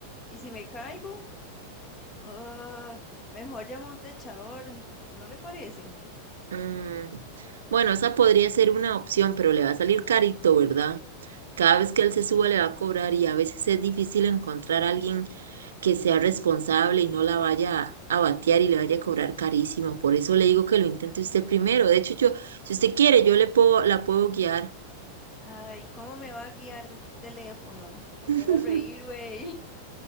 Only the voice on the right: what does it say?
Mm, Bueno, esa podría ser una opción, pero le va a salir carito, ¿verdad? Cada vez que él se suba le
va a cobrar y a veces es difícil encontrar a alguien que sea responsable y no la vaya a a batear y le vaya a cobrar carísimo. Por eso le digo que lo intente usted primero. De hecho, yo, si usted quiere, yo le puedo, la puedo guiar.
<laughs>